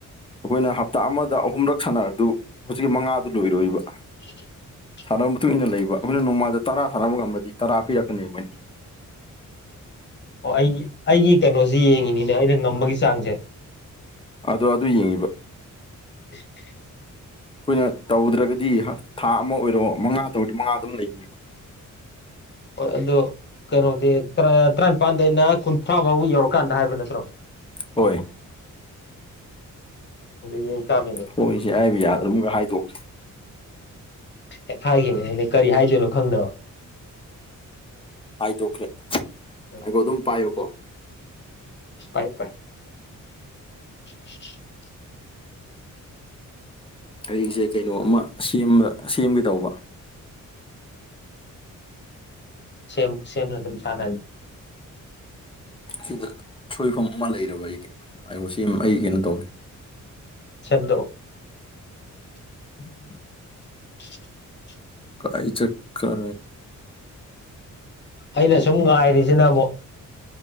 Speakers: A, on the left; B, on the left.
A: ꯑꯩꯈꯣꯏꯅ ꯍꯞꯇꯥ ꯑꯃꯗ ꯑꯍꯨꯝꯔꯛ ꯁꯥꯟꯅꯔꯗꯨ ꯍꯧꯖꯤꯛꯀꯤ ꯃꯉꯥꯗꯨ ꯂꯣꯏꯔꯣꯏꯕ
B: <inaudible>
A: ꯁꯥꯟꯅꯕ ꯃꯇꯨꯡ ꯏꯟꯅ ꯂꯩꯕ ꯑꯩꯈꯣꯏꯅ ꯅꯣꯡꯃꯜꯗ ꯇꯔꯥ ꯁꯥꯟꯅꯕ ꯉꯝꯕꯗꯤ ꯇꯔꯥ ꯄꯤꯔꯛꯀꯅꯤ ꯑꯗꯨꯃꯥꯏꯅ
B: ꯑꯣ ꯑꯩꯒꯤ ꯑꯩꯒꯤ ꯀꯩꯅꯣꯁꯤ ꯌꯦꯡꯉꯤꯅꯤꯅꯦ ꯑꯩꯅ ꯉꯝꯕꯒꯤ ꯆꯥꯡꯁꯦ
A: ꯑꯗꯣ ꯑꯗꯨ ꯌꯦꯡꯉꯤꯕ
B: <inaudible>
A: ꯑꯩꯈꯣꯏꯅ ꯇꯧꯗ꯭ꯔꯒꯗꯤ ꯊꯥ ꯑꯃ ꯑꯣꯏꯔꯣ ꯃꯉꯥ ꯇꯧꯔꯗꯤ ꯃꯉꯥ ꯑꯗꯨꯝ ꯂꯩꯅꯤꯕ
B: ꯍꯣꯏ ꯑꯗꯨꯣ ꯀꯩꯅꯣꯗꯤ ꯇꯔꯥꯅꯤꯄꯥꯟꯗ ꯑꯩꯅ ꯀꯨꯟꯊ꯭ꯔꯥ ꯐꯥꯎꯕ ꯌꯧꯔꯀꯥꯟꯗ ꯍꯥꯏꯕ ꯅꯠꯇ꯭ꯔꯣ
A: ꯍꯣꯏ
B: ꯑꯗ ꯌꯦꯡ ꯇꯥꯃꯤꯅꯦ
A: ꯍꯣꯏꯁꯦ ꯍꯥꯏꯕ ꯌꯥ ꯑꯗꯨꯝ ꯍꯥꯏꯗꯣꯛꯁꯦ
B: ꯍꯦꯛ ꯍꯥꯏꯈꯤꯕꯈꯤꯕꯅꯦꯅꯦ ꯀꯔꯤ ꯍꯥꯏꯗꯣꯏꯅꯣ ꯈꯪꯗꯕ
A: ꯍꯥꯏꯗꯣꯛꯈ꯭ꯔꯦ
B: ꯎꯝ
A: ꯍꯥꯏꯗꯣ ꯑꯗꯨꯝ ꯄꯥꯏꯌꯨꯀꯣ
B: ꯄꯥꯏ ꯄꯥꯏ <unintelligible>
A: ꯑꯩꯁꯦ ꯀꯩꯅꯣ ꯑꯃ ꯁꯦꯝꯕ ꯁꯦꯝꯒꯦ ꯇꯧꯕ
B: ꯁꯦꯝ ꯁꯦꯝꯅ ꯑꯗꯨꯝ ꯁꯥꯟꯅꯁꯤ
A: ꯁꯤꯗ ꯁꯣꯏꯐꯝ ꯑꯃ ꯂꯩꯔꯕ ꯑꯩꯒꯤ ꯍꯥꯏꯕꯨ ꯁꯤ ꯑꯩ ꯀꯩꯅꯣ ꯇꯧꯋꯦ
B: ꯁꯕꯗꯣ <inaudible>
A: ꯀꯩ ꯆꯀ꯭ꯔꯦ
B: ꯑꯩꯅ ꯁꯨꯝ ꯉꯥꯏꯔꯤꯁꯤꯅ ꯑꯃꯨꯛ